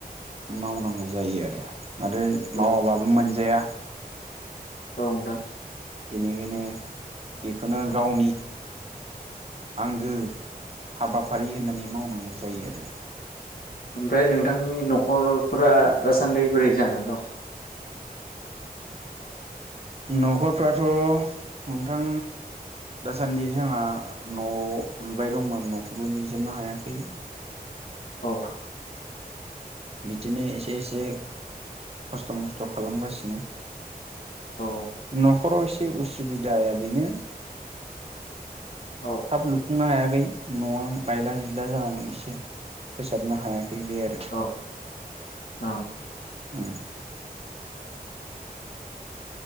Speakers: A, on the right (about 40°); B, on the left (about 70°).
A: मावनांगौ जायो आरो आरो
B: औ
A: मावाबाबो मोनजाया
B: औ दा
A: बेनिखायनो बेखौनो
B: औ
A: गावनि आंगो हाबाफारि होननानै मावनांगौ जायो आरो।
B: ओमफ्राय नोंथांनि न'खरफोरा दासान्दि बोरै जानानै दं?
A: न'खरफ्राथ' नोंथां दासान्दि जोंहा न' लुबाय दंमोन न'खौबो लुजोबनो हायाखै।
B: औ।
A: बिदिनो एसे एसे खस्थ' मस्थ' खालामगासिनो
B: औ
A: न'खराव एसे उसुबिदाया बेनो
B: औ
A: थाब लुफुंनो हाया न'आ बायला जिला जानानै एसे फोसाबनो हायाखै बे आरो
B: औ औ।
A: ओम।